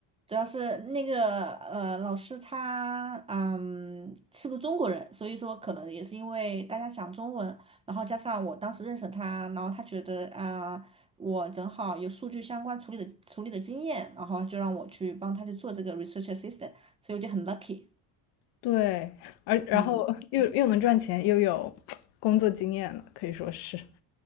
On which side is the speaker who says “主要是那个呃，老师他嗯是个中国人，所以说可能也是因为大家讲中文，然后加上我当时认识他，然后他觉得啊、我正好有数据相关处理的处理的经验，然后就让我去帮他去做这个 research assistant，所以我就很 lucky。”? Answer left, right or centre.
Right